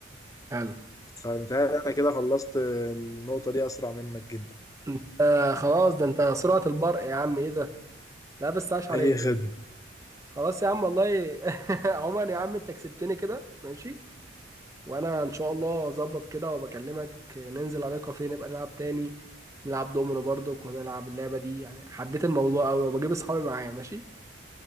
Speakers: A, on the right (about 15°); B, on the left (about 20°).
A: حلو
B: فمتهيألي أنا كده خلصت آه، النقطة دي أسرع منك جدا
A: انت آه خلاص ده انت سرعة البرق يا عم ايه ده لا بس عاش عليك
B: أي خدمة
A: خلاص يا عم والله <laughs> عمر يا عم انت كسبتني كده ماشي وانا ان شاء الله اظبط كده وبكلمك ننزل على كافيه نبقى نلعب تاني نلعب دومينو برضو ونلعب اللعبة دي يعني حبيت الموضوع قوي وبجيب اصحابي معايا ماشي